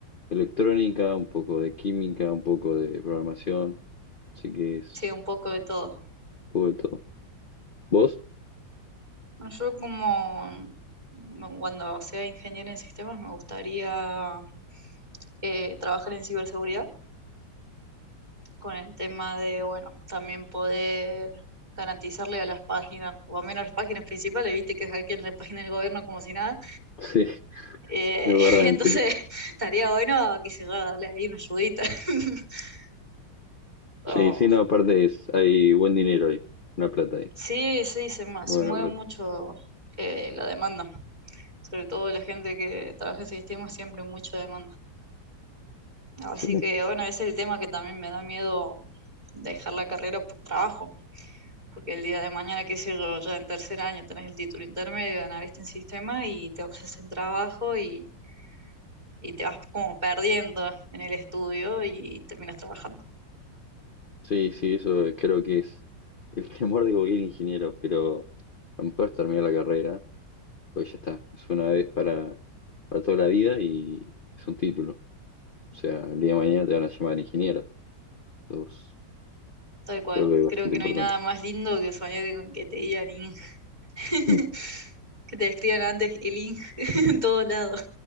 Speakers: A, on the left; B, on the right.
A: electrónica, un poco de química, un poco de programación. Así que es
B: Sí, un poco de todo.
A: un poco de todo. ¿Vos? <laughs>
B: Bueno, yo como mm, cuando sea ingeniero en sistemas me gustaría eh, trabajar en ciberseguridad con el tema de, bueno, también poder garantizarle a las páginas, por lo menos las páginas principales, viste que hackean la página del gobierno como si nada.
A: Sí,
B: Eh,
A: la verdad,
B: <laughs> entonces
A: me
B: estaría bueno, qué sé yo, darle ahí una ayudita. <laughs> O
A: Sí, sí, no, aparte es, hay buen dinero ahí, una plata ahí,
B: Sí, sí, se, mu-
A: muy
B: se
A: buena
B: mueve
A: plata.
B: mucho eh, la demanda, sobre todo la gente que trabaja en sistemas, siempre mucha demanda. Así
A: Sí,
B: que bueno, ese es el tema que también me da miedo dejar la carrera por trabajo, porque el día de mañana, qué sé yo, ya en tercer año tenés el título intermedio de analista en sistemas y te ofrecen trabajo y, y te vas como perdiendo en el estudio y terminas trabajando.
A: sí, sí, eso creo que es el temor de cualquier ingeniero, pero a lo mejor es terminar la carrera, pues ya está, es una vez para, para toda la vida y es un título. O sea, el día de mañana te van a llamar ingeniero, entonces
B: Tal cual,
A: creo que es bastante
B: creo que
A: importante.
B: no hay nada más lindo que soñar con que te digan <laughs>
A: <laughs>
B: Que te escriban antes el ING <laughs> en todos lados.